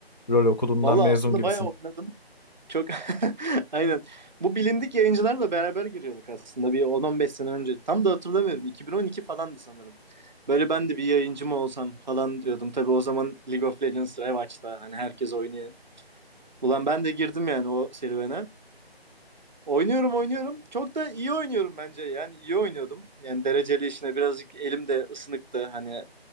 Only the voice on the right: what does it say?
Valla
aslında
bayağı oynadım. Çok <laughs> aynen. Bu bilindik yayıncılarla beraber giriyorduk aslında bir 10-15 sene önce. Tam da hatırlamıyorum. 2012 falandı sanırım. Böyle ben de bir yayıncı mı olsam falan diyordum. Tabii o zaman League of Legends Revaç'ta hani herkes oynuyor. Ulan ben de girdim yani o serüvene. Oynuyorum oynuyorum. Çok da iyi oynuyorum bence. Yani iyi oynuyordum. Yani dereceli işine birazcık elim de ısınıktı. Hani e,